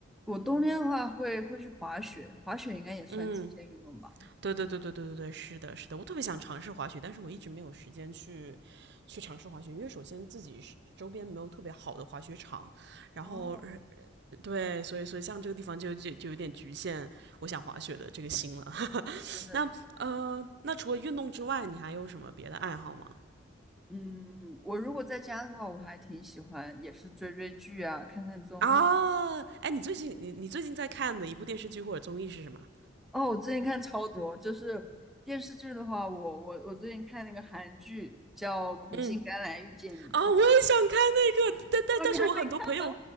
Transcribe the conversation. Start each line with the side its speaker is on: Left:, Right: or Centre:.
Centre: 我冬天的话会会去滑雪，滑雪应该也算极限运动吧。
Right: 嗯，对对对对对对对，是的，是的，我特别想尝试滑雪，但是我一直没有时间去去尝试滑雪，因为首先自己是周边没有特别好的滑雪场，然后呃
Centre: 哦，
Right: 对，所以所以像这个地方就就就有点局限我想滑雪的这个心了。<laughs>
Centre: 是是是，
Right: 那呃，那除了运动之外，你还有什么别的爱好吗？
Centre: 嗯，我如果在家的话，我还挺喜欢，也是追追剧啊，看看综艺。
Right: 啊，哎，你最近你你最近在看的一部电视剧或者综艺是什么？
Centre: 哦，我最近看超多，就是电视剧的话，我我我最近看那个韩剧叫《苦尽甘来遇见你》。
Right: 嗯，啊，我也想看那个，
Centre: <laughs>
Right: 但但但是我很多朋友
Centre: 哦，你还没看？